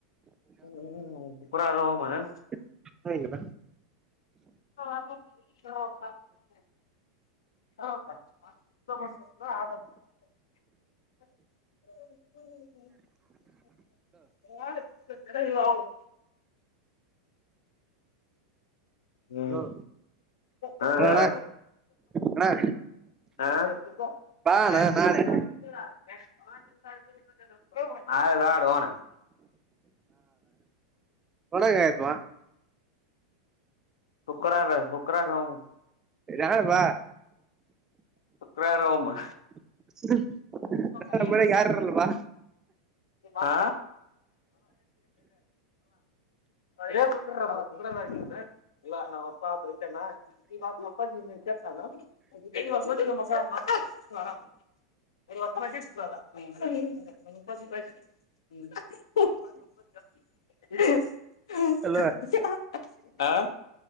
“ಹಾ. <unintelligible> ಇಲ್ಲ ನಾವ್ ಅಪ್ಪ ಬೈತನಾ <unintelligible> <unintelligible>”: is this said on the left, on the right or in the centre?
Left